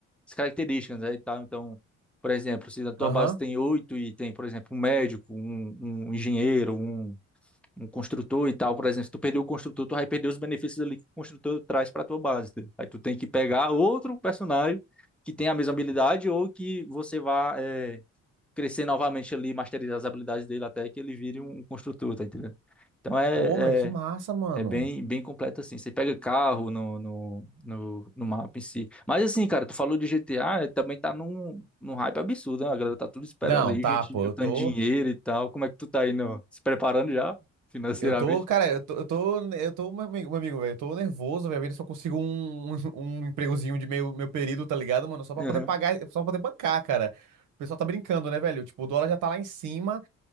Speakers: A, in the centre; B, on the right.
A: as características, né, e tal. Então, por exemplo, se na tua
B: Aham.
A: base tem oito e tem, por exemplo, um médico, um, um engenheiro, um, um construtor e tal, por exemplo, se tu perder o construtor, tu vai perder os benefícios ali que o construtor traz para tua base. entendeu? Aí tu tem que pegar outro personagem que tem a mesma habilidade ou que você vá é, crescer novamente ali, masterizar as habilidades dele até que ele vire um um construtor, tá entendendo? Então é,
B: Ô, velho, que massa,
A: é
B: mano.
A: é bem, bem completo assim. Você pega carro no, no, no, no mapa em si. Mas assim, cara, tu falou de GTA, também tá num, num hype absurdo, né? A galera tá tudo esperando
B: Não,
A: aí,
B: tá,
A: gente
B: pô,
A: juntando
B: eu tô.
A: dinheiro e tal. Como é que tu tá aí no, se preparando já financeiramente?
B: Eu tô, cara, eu tô, eu tô, eu tô, meu amigo, meu amigo, velho, eu tô nervoso, velho, vendo se eu consigo um, um, um empregozinho de meio, meu período, tá ligado, mano? Só pra poder
A: Aham,
B: pagar, só pra poder bancar, cara. O pessoal tá brincando, né, velho? Tipo, o dólar já tá lá em cima.